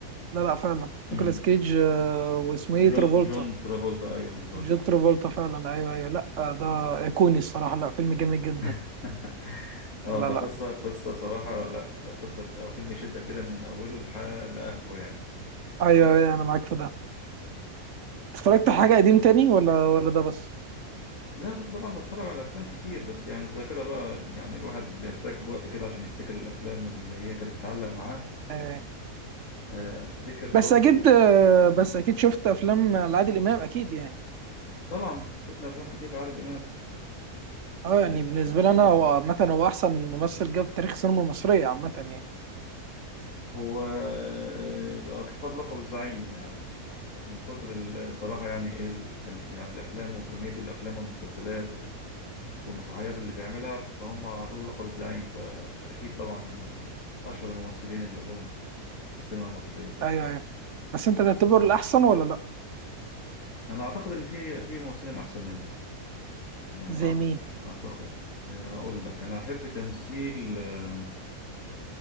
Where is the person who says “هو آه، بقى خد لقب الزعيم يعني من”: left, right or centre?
Left